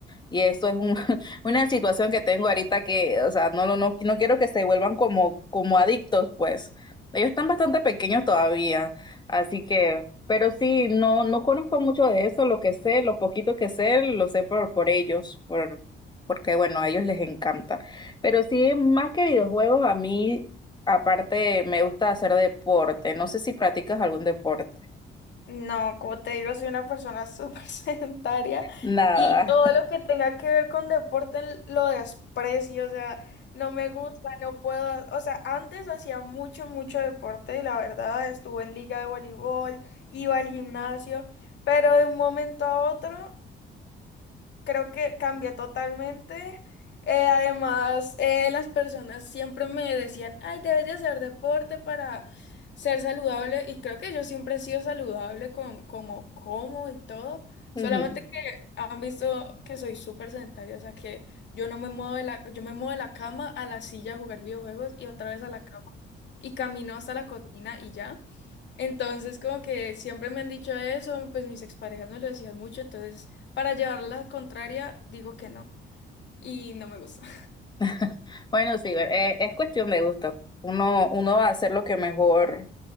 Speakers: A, on the left; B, on the left.
A: Y eso es un- <laughs> una situación que tengo ahorita que, o sea, no, lo- no, no quiero que se vuelvan como, como adictos, pues. Ellos están bastante pequeños todavía, así que, pero sí, no, no conozco mucho de eso, lo que sé, lo poquito que sé, lo sé por, por ellos, por, porque, bueno, a ellos les encanta. Pero sí, más que videojuegos, a mí, aparte, me gusta hacer deporte. No sé si practicas algún deporte.
B: No, como te digo, soy una persona súper <laughs> sedentaria
A: Nada.
B: y todo lo que tenga que ver con deporte l- lo desprecio, o sea, no me gusta, no puedo, o sea, antes hacía mucho, mucho deporte, la verdad, estuve en liga de voleibol, iba al gimnasio, pero de un momento a otro creo que cambié totalmente. Eh, además, eh, las personas siempre me decían, ay, debes de hacer deporte para ser saludable. Y creo que yo siempre he sido saludable con como como y todo. Solamente
A: <laughs>
B: que han visto que soy súper sedentaria, o sea que yo no me muevo de la, yo me muevo de la cama a la silla a jugar videojuegos y otra vez a la cama y camino hasta la cocina y ya. Entonces, como que siempre me han dicho eso, pues mis exparejas me lo decían mucho, entonces para llevarla la contraria digo que no y no me gusta.
A: <laughs> Bueno, sí, eh, es cuestión de gusto. Uno, uno va a hacer lo que mejor